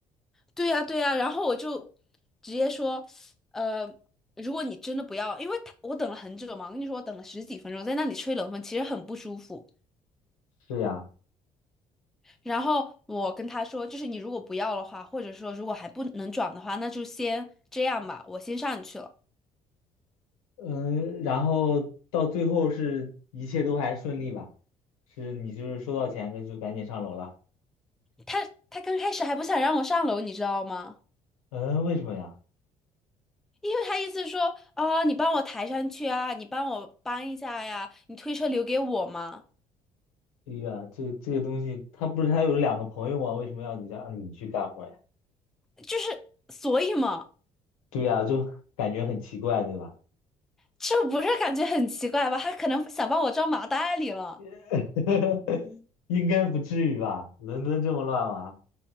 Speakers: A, in the centre; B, on the left (about 70°).
A: 对呀，对呀。然后我就直接说，呃，如果你真的不要，因为他我等了很久嘛，我跟你说我等了十几分钟，在那里吹冷风，其实很不舒服。
B: 是呀，
A: 然后我跟他说，就是你如果不要的话，或者说如果还不能转的话，那就先这样吧，我先上去了。
B: 嗯，然后到最后是一切都还顺利吧？是你就是收到钱那就赶紧上楼了？
A: 他他刚开始还不想让我上楼，你知道吗？
B: 嗯，为什么呀？
A: 因为他意思说，哦，你帮我抬上去啊，你帮我搬一下呀，你推车留给我嘛，
B: 哎呀，这个这个东西，他不是还有两个朋友吗？为什么要你让你去干活呀？
A: 就是所以嘛，
B: 对呀，就感觉很奇怪，对吧？
A: 这不是感觉很奇怪吧？他可能想把我装麻袋里了。
B: <laughs> 应该不至于吧？伦敦这么乱吗？